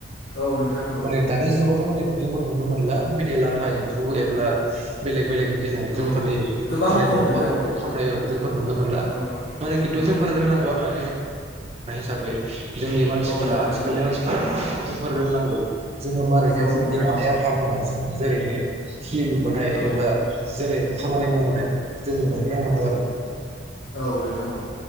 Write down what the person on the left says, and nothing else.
औ नोंथां औ
औ गोबां
खम
नोंथां औ
औ
औ
औ नोंथां
औ
औ
नोंथां औ
औ
औ नोंथां औ